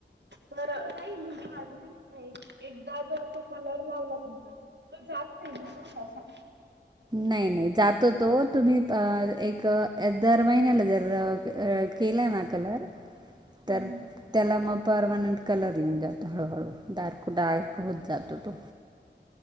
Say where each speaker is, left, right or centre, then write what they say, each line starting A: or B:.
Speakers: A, on the right; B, on the right.
A: तर नाही म्हणजे माझं काही नाही, एकदा जो तो कलर लावला तुमचा. तर जात नाही ना, पा त असां.
B: नाही-नाही जातो तो, तुम्ही एक दर महिन्याला जर केला ना कलर
A: हम्म
B: तर
A: हम्म.
B: त्याला मग परमनंट. कलर येऊन जातो, हळूहळू डार्क-डार्क होत जातो तो.